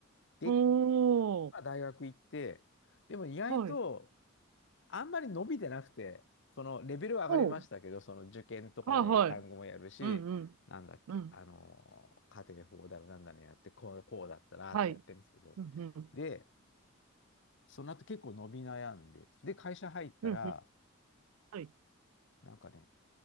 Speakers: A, on the left (about 60°); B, on the right (about 85°).
A: で、
B: ほう、
A: まあ、大学行って、でも意外と、
B: はい、
A: あんまり伸びてなくて、そのレベルは上がりましたけど、
B: ほう、
A: その受験とかで単語もやるし、
B: はい、はい。うん、うん、
A: なんだっけ、
B: うん、
A: あのー家庭法だろ、なんだねやって、こう、こうだったなとかやってるんですけど、
B: はい、うん、うん、
A: で、その後結構伸び悩んで、で、会社入ったら、
B: うん、うん、はい、
A: なんかね、